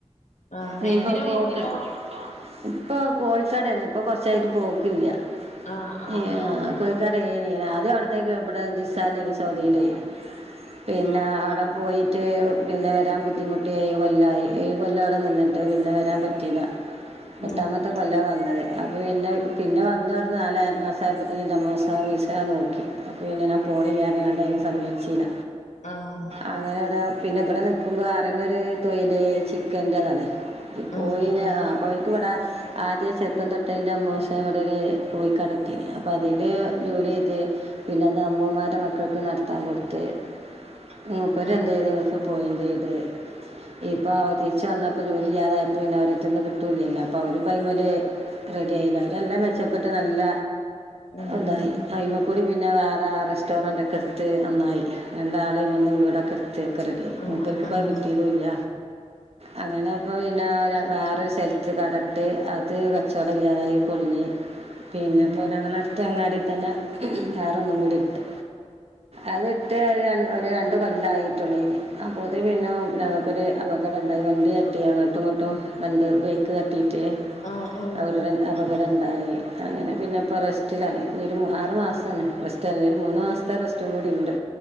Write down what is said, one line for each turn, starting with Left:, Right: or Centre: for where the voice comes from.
Left: ആഹ്
Right: <unintelligible>
Left: എന്തിനാ പോണിപ്പോ
Right: ഇപ്പൊ കോഴിക്കടയാണ് ഇപ്പൊ കൊറച്ചായിട്ട് പോക്കില്ല
Left: ആഹ് ആഹ്
Right: ഏഹ്
Left: ആഹ്
Right: കോഴി തുണിക്കടയേനി ആദ്യം <unintelligible> ഇബടെ ജിസാല്ലേനി സൗദിയില് പിന്നെ ആഹ് ആടെ പോയിട്ട് ഏഴു പിന്നെ വരാൻ ബുദ്ധിമുട്ടി ഏഴ് കൊല്ലായി ഏഴ് കൊല്ല അവടെ നിന്നിട്ട് പിന്നെ വരാൻ പറ്റീല്ലാ എട്ടാമ
Left: ആഹ്
Right: <unintelligible> കൊല്ലാ വന്നത് അപ്പം പിന്നെ പിന്നെ വന്ന അവട്ന്ന് നാല് മാസം ആയപ്പോത്തിനും ഇന്റെ അമ്മോസാക്ക വിസാ നോ അപ്പോ പിന്നെ ഞാൻ പോണില്ലാന്ന് പറഞ്ഞ്ങ്ങാണ്ട് അയിന് സമ്മയിച്ചീല്ല
Left: ആഹ്
Right: അങ്ങനെയിവിടെ പിന്നെ ഇബടെ, നിക്കുമ്പോ അറയണ ഒരു തൊയിലെ വിചാരിച്ച് ഗതികേടാണ്
Left: ആഹ് ആഹ്
Right: പോയിനെ ആഹ് <unintelligible> ഇപ്പ ഇവിടെ ആദ്യ ചെറുപ്പം തൊട്ട് ഇൻ്റെ അമ്മോശൻ ഇവിടെ‌ ഒരു തുണിക്കട ഇട്ടീനി അപ്പോ അതില് ജോലിചെയ്ത്, പിന്നെയത് അമ്മമാരുടെ മക്കക്കുനടത്താൻ കൊടുത്ത് മൂപ്പരെന്തയ്ത്
Left: ആഹ്
Right: ഗൾഫ് പോവേം ചെയ്ത്. ഇപ്പോ അവധി ചെന്നപ്പം ജോലി ചെയ്യാതായപ്പം പിന്നെ അവരെട്ത്ത്ന്ന് കിട്ടൂല്ലല്ലോ അപ്പൊ അവര് പറിം പോലെ റെഡിയായില്ല, അവരെല്ലാം മെച്ചപ്പെട്ട് നല്ല
Left: ഉം
Right: ഇതായി അയിമ്മെക്കൂടി പിന്നെ വേറെ റെസ്റ്റോറന്റൊക്കെയെടുത്ത് നന്നായി രണ്ടാളു വന്ന് വീടൊക്കെയെടു സയൊക്കെ റെഡിയായി
Left: ആഹ്
Right: മൂപ്പർക്ക് ഇപ്പത്
Left: ആഹ്
Right: കിട്ടിയതുല്ല അങ്ങനെയായപ്പോ പിന്നെ ര വേറൊരു സ്ഥലത്ത് കടയിട്ട്, അത് കച്ചവടയില്ലാതായി പൊളിഞ്ഞ് പിന്നെപ്പോ
Left: ഉം
Right: ഞങ്ങളെ അട്ത്ത അങ്ങാടിത്തന്നെ വേറൊന്നുക്കൂടി ഇട്ട് അതിട്ട് ഒര് ഒരു രണ്ടു കൊല്ലായിട്ടുള്ളൂ അയിന് അപ്പോത്തിനും പിന്നെ ഞങ്ങക്കൊരു <unintelligible> അപകടണ്ടായി, വണ്ടി തട്ടി അങ്ങോട്ടു ഇങ്ങോട്ടും വണ്ടി ബ്രേക്കുതട്ടിയിട്ട്
Left: ആഹ് ആഹ്
Right: അവരുടെ അപകട ഇണ്ടായി അങ്ങനെ പിന്നെയിപ്പോ റെസ്റ്റിലാണ്, ഇനിയൊരു മൂ ആറുമാസമായി റെസ് <unintelligible> ഇനിയൊരു മൂന്നു മാസത്തെ റെസ്റ്റും കൂടിയുണ്ട്